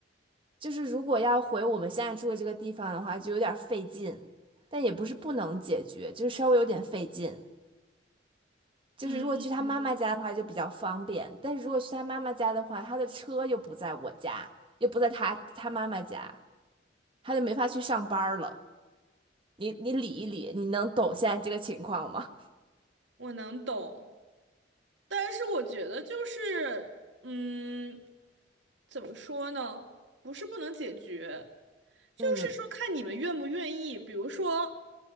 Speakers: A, on the right (about 30°); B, on the right (about 75°).
A: 就是如果要回我们现在住的这个地方的话，就有点费劲，但也不是不能解决，就是稍微有点费劲。就是如果去他妈妈家的话就比较方便，
B: 嗯
A: 但是如果去他妈妈家的话，他的车又不在我家，又不在他他妈妈家，他就没法去上班了。你你理一理，你能懂现在这个情况吗？
B: 我能懂，但是我觉得就是，嗯，怎么说呢？不是不能解决，就是说看你们愿不愿意。
A: <laughs> 嗯。
B: 比如说，